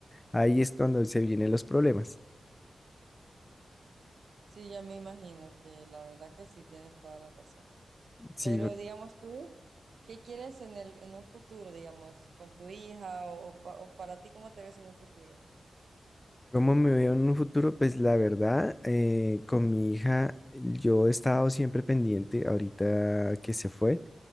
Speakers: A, on the left (about 25°); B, on the right (about 75°).
A: Ahí es cuando se vienen los problemas.
B: Sí, ya me imagino que la verdad que sí tienes toda la razón.
A: Sí,
B: Pero digamos tú, ¿qué quieres en el, en un futuro, digamos, con tu hija o, o pa- o para ti, cómo te ves en un futuro?
A: ¿cómo me veo en un futuro? Pues la verdad, eh, con mi hija, yo he estado siempre pendiente, ahorita que se fue,